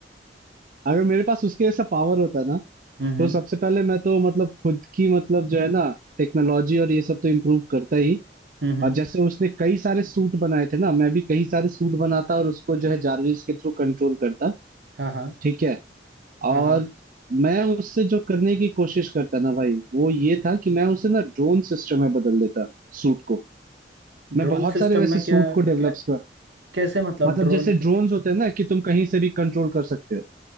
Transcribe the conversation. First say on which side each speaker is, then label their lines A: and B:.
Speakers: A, on the right (about 50°); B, on the right (about 70°).
A: अगर मेरे पास उसके जैसा पावर होता ना
B: हम्म
A: तो सबसे पहले मैं तो मतलब खुद की मतलब जो है ना टेक्नोलॉजी और ये सब तो इम्प्रूव करता ही
B: हम्म, हम्म।
A: और जैसे उसने कई सारे सूट बनाए थे ना मैं भी कई सारे सूट बनाता और उसको जो है जारविस के थ्रू कंट्रोल करता
B: हाँ हाँ
A: ठीक है
B: हाँ
A: और
B: हाँ
A: मैं उससे जो करने की कोशिश करता ना भाई वो ये था कि मैं उसे ना ड्रोन सिस्टम में बदल देता सूट को
B: ड्रोन
A: मैं बहुत
B: सिस्टम
A: सारे वैसे
B: में
A: सूट
B: क्या, क्या
A: को डेवलप कर
B: कैसे मतलब
A: मतलब
B: ड्रोन
A: जैसे
B: सिस-
A: ड्रोन्स होते हैं ना कि तुम कहीं से भी कंट्रोल कर सकते हो